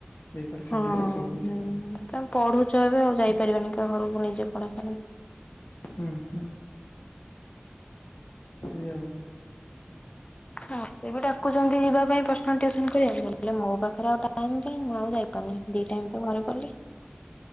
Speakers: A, on the left (about 60°); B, on the left (about 30°).
A: ଦେଇପାରୁଛନ୍ତି
B: ହଁ
A: ସେ ସବୁ
B: ହୁଁ ତମେ ପଢୁଛ ଏବେ ଆଉ ଯାଇପାରିବନି କାହା ଘରକୁ ନିଜେ ପଢା କଲେ।
A: ହୁଁ ହୁଁ। ସେୟା ଆଉ
B: ମତେ ବି ଡାକୁଛନ୍ତି ଯିବା ପାଇଁ ପର୍ସନାଲ ଟିଉସନ କରିବାକୁ ହେଲେ ମୋ ପାଖରେ ଆଉ ଟାଇମ କହିଁ ମୁଁ ଆଉ ଯାଇପାରୁନି। ଦି ଟାଇମ ତ ଘରେ କଲି।